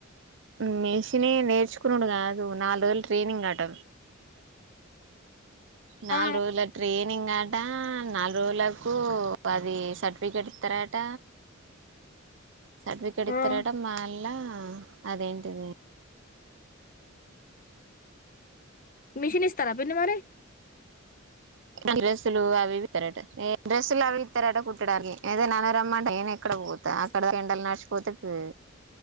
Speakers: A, on the right (about 65°); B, on the left (about 45°).
A: మేషినీ నేర్చుకునుడు కాదు నాల్ రోజులు ట్రైనింగ్ అట నాలుగు
B: ఆ
A: రోజుల ట్రెన్ ట్రైనింగ్ అట నాలుగు రోజులకు అది సర్టిఫికెట్ ఇస్తరట సర్టిఫికేట్ ఇత్తరట
B: ఆ
A: మాల్ల ఆ అదేంటిది
B: మిషన్ ఇస్తార పిన్ని మరి
A: డ్రెస్సులు అవి ఇవి ఇత్తరట ఏ డ్రెస్సులు అవి ఇత్తరట కుట్టడానికి ఏదోనాన్నరమ్మంటే నేనెక్కడ ఒతా అక్కడ ఎండలు నర్చిపోతే పోయే